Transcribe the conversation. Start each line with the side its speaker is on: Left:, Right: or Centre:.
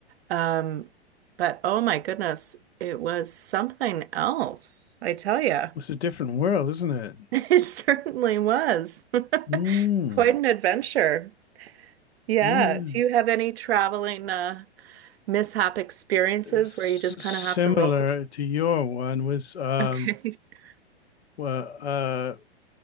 Right: Um, but oh my goodness, it was something else, I tell you. <laughs>
Left: It's a different world, isn't it?
Right: It certainly was. <laughs>
Left: Mm.
Right: Quite an adventure. Yeah.
Left: Yeah.
Right: Do you have any traveling uh, mishap experiences
Left: S-
Right: where you just
Left: similar
Right: kind of have to roll?
Left: to your one was um
Right: Okay. <laughs>
Left: well uh